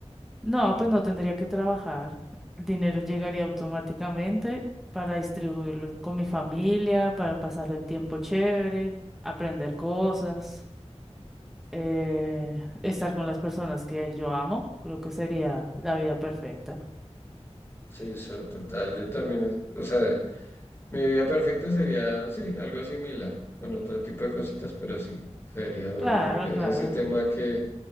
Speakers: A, in the centre; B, on the left.
A: no, pues no tendría que trabajar. El dinero llegaría automáticamente para distribuirlo con mi familia, para pasar el tiempo chévere, aprender cosas. eh, estar con las personas que yo amo, creo que sería la vida perfecta.
B: Sí, eso, total. Yo también, es- o sea, mi vida perfecta sería, sí, algo similar, con otro tipo de cositas, pero sí, sería bueno
A: Claro,
B: e-
A: claro.
B: ese tema que